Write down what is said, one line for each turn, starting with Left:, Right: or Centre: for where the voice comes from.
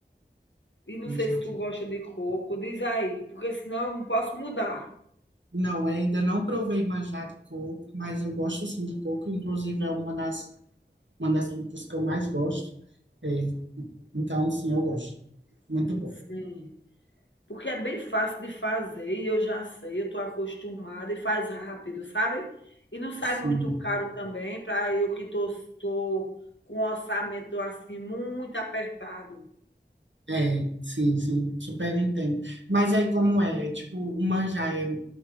Left: E não
Right: Manjado.
Left: sei se tu gosta de coco, diz aí, porque senão eu não posso mudar.
Right: Não, eu ainda não provei manjado de coco, mas eu gosto sim de coco, inclusive é uma das, uma das frutas que eu mais gosto. É, então, sim, eu gosto. Muito bom.
Left: Sim. Porque é bem fácil de fazer e eu já sei, eu estou acostumada e faz rápido, sabe? E não sai
Right: Sim.
Left: muito caro também para eu que estou com um orçamento assim muito apertado.
Right: É, sim, sim, super entendo. Mas aí como é? É Tipo, o manjar é um-